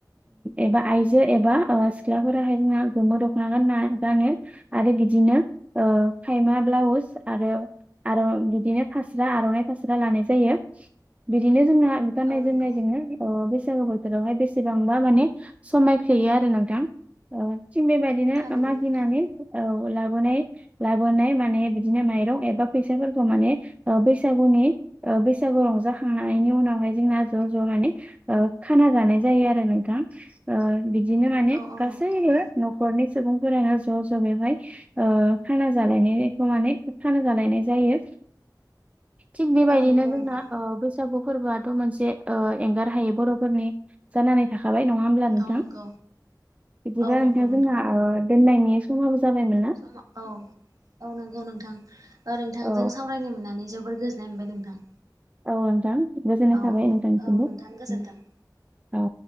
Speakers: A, on the right; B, on the right.
A: एबा आइजो एबा ओ सिख्लाफोराहाय जोंहा गोमो दख'ना गान गानो आरो बि दिनो ओ खायमा ब्लाउस आरो आरो बिदिनो फास्रा आर'नाइ फास्रा लानाय जायो बिदिनो जोंना गाननाय
B: औ नंगौ
A: जनाय जोनो ओ बैसागु बोथोरावहाय बेसेबांबा माने समायफ्लेयो आरो नोंथां। ओ थिग बेबायदिनो
B: थारैनो
A: मागिनानै
B: नोंथां
A: औ लाबोनाय लाबोनाय माने बिदिनो माइरं एबा फैसाफोरखौ माने ओ बैसागुनि ओ बैसागु रंजाखांनायनि उनावहाय जोंना ज' ज' माने ओ खाना जानाय जायो आरो नों थां ओ बिदिनो माने
B: औ औ
A: गासैबो
B: नंगौ नोंथां
A: नखरनि सुबुंफोरानो ज' ज' बेवहाय ओ खाना जालायनायखौ माने खाना जालायनाय जायो थिग बेबायदिनो
B: औ नंगौ
A: जोंना
B: नोंथां
A: ओ बैसागु फोरबोआथ' मोनसे ओ एंगार हायो बर'फोरनि जानानै थाखा बाय नङा हब्ला नोंथां!
B: औ नंगौ
A: बिदिबा
B: औ
A: नोंथां
B: नंगौ
A: जोंना ओ दोननायनि समाबो जाबायमोन ना?
B: समा औ औ नंगौ नोंथां नोंथांजों
A: औ
B: सावरायनो मोननानै जो जोबोर गोजोननाय मोनबाय नोंथां।
A: औ नोंथां गोजोननाय
B: औ
A: थाबाय
B: औ
A: नोंथांनिसिमबो।
B: औ नोंथां गोजोन्थों।
A: उम औ